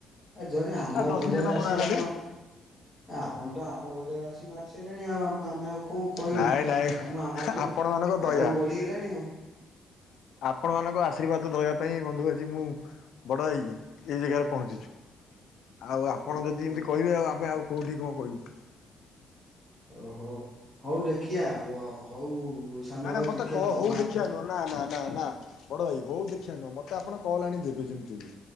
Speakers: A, in the centre; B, on the left.
A: ଆ ଜଣେ ଆମ
B: ଆ ଦଶ
A: ବଜାରରେ
B: ଦିନ ହେଲା
A: ଆସି
B: ମରା ହେଲାଣି
A: ଆପଣ ଏ ଆପଣ ତ ଆମ ବଜାରରେ ଆସି ମାରି ସାରିଲେଣି ଆଉ ଆମେ ଆଉ କଣ? କହିବୁ।
B: ନାଇଁ ନାଇଁ
A: ତମ ଆମଠୁ
B: ଆପଣ ମାନଙ୍କ ଦୟା।
A: ଆଗକୁ ବଢିଗଲାଣି ଆଉ
B: ଆପଣ ମାନଙ୍କ ଆଶୀର୍ବାଦ ଦୟା ପାଇଁ ବନ୍ଧୁ ଆଜି ମୁଁ ବଡ଼ ହେଇକି ଏଇ ଜାଗାରେ ପହଞ୍ଚିଛୁ। ଆଉ ଆପଣ
A: ଓହୋ
B: ଯଦି ଏମିତି କହିବେ ଆଉ ଆମେ ଆଉ କୋଉଠି କଣ କହିବୁ?
A: ଓହୋ ହଉ ଦେଖିଆ ହଉ ସାନ
B: ନା ନା
A: ଭାଇ
B: ମତେ
A: ଦେଖିବା
B: କ
A: ତମ
B: ହଉ
A: ହାତ
B: ଦେଖିବା ନୁହଁ ନା ନା ନା ନା ବଡ଼ ଭାଇ ହଉ ଦେଖିବା ନୁ ମୋତେ ଆପଣ କଲ୍ ଆଣିି ଦେବେ ଯେମିତି।